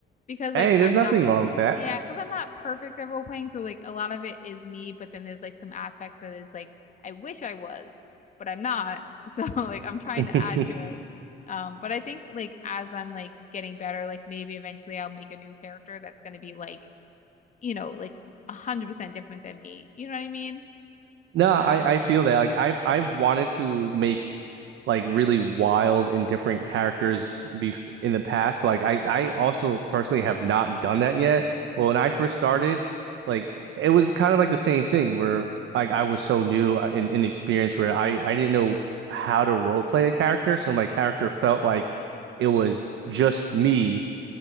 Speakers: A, on the left; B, on the right.
A: because
B: Hey,
A: like
B: there's
A: I'm
B: nothing
A: not
B: wrong with that.
A: yeah, because I'm not perfect at role playing, so like a lot of it is me, but then there's like some aspects that is like I wish I was, but I'm not. <laughs> So like I'm trying
B: <laughs>
A: to add to it. Um, but I think like as I'm like getting better, like maybe eventually I'll make a new character that's gonna be like, you know, like a hundred percent different than me. You know what I mean?
B: No, I
A: I don't know.
B: I feel that like I've I've wanted to make like really wild and different characters be in the past, but like I I also
A: Yeah.
B: personally have not done that yet. Well, when I first started, like it was kind of like the same thing where like I was so new and inexperienced where I I didn't know how to role play a character, so my character felt like it was just me